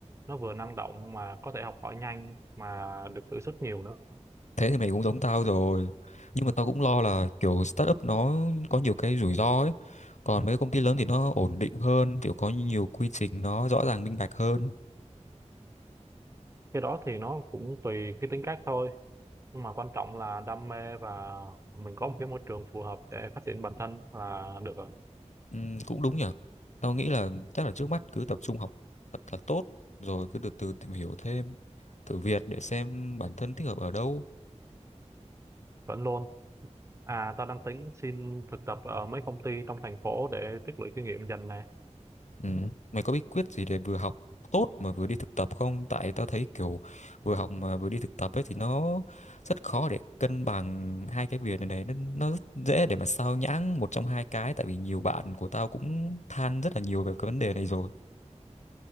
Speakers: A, on the right (about 25°); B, on the left (about 75°).
A: nó vừa năng động mà có thể học hỏi nhanh mà được thử sức nhiều nữa
B: thế thì mày cũng giống tao rồi nhưng mà tao cũng lo là kiểu startup nó có nhiều cái rủi ro ấy còn mấy công ty lớn thì nó ổn định hơn kiểu có nhiều quy trình nó rõ ràng minh bạch hơn
A: cái đó thì nó cũng tùy cái tính cách thôi nhưng mà quan trọng là đam mê và mình có một cái môi trường phù hợp để phát triển bản thân là được rồi
B: Ừm, cũng đúng nhở tao nghĩ là chắc là trước mắt cứ tập trung học thật là tốt rồi cứ từ từ tìm hiểu thêm thử việc để xem bản thân thích hợp ở đâu
A: vẫn luôn À, tao đang tính xin thực tập ở mấy công ty trong thành phố để tích lũy kinh nghiệm dần nè.
B: Ừ. Mày có bí quyết gì để vừa học tốt mà vừa đi thực tập không? Tại tao thấy kiểu vừa học mà vừa đi thực tập ấy thì nó rất khó để cân bằng hai cái việc này này. Nó, nó rất dễ để mà sao nhãng một trong hai cái. Tại vì nhiều bạn của tao cũng than rất là nhiều về cái vấn đề này rồi.